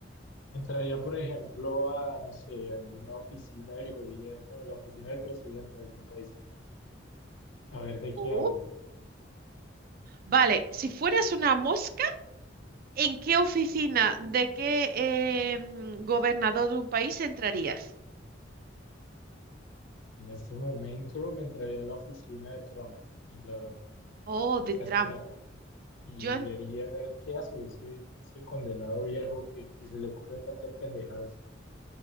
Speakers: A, on the left (about 80°); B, on the right (about 50°).
A: Entraría, por ejemplo, a, no sé, a una oficina del gobierno, de la oficina del presidente de algún país, a ver de qué
B: Oh.
A: hablan.
B: Vale, si fueras una mosca... ¿En qué oficina de qué em, gobernador de un país entrarías?
A: En este momento me entraría a la oficina de Trump, en la
B: Oh, de
A: Casa
B: Trump.
A: Blanca, y
B: Yo, en-
A: vería a ver qué hace ese, ese condenado viejo que, que se le ocurren tantas pendejadas.